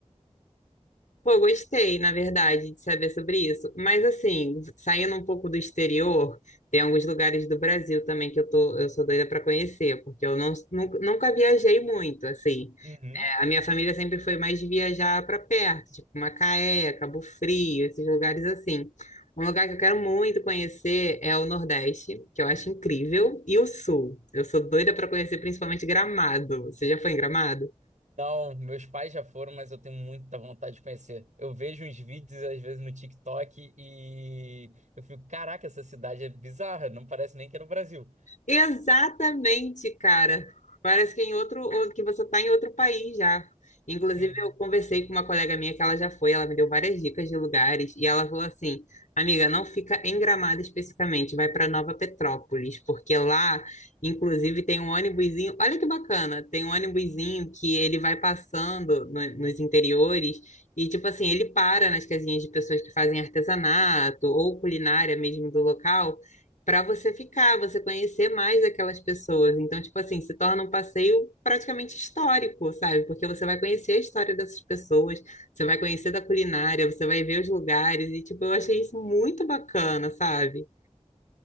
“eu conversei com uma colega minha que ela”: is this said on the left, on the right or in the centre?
Left